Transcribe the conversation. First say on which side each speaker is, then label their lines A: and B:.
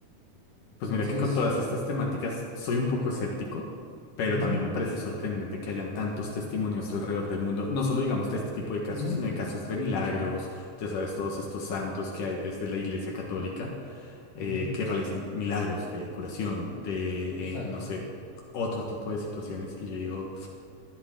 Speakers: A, on the left (about 60°); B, on the left (about 75°).
A: Entonces,
B: Pues mira que con todas estas temáticas soy un poco escéptico, pero
A: ujú,
B: también me parece sorprendente que hayan tantos testimonios alrededor del mundo, no solo digamos de este tipo de casos,
A: ujú,
B: sino de casos de milagros, ya sabes, todos estos santos que hay desde la Iglesia Católica eh,
A: ujú,
B: que realizan milagros de curación, de,
A: exacto.
B: eh, no sé, otro tipo de situaciones. Y yo digo,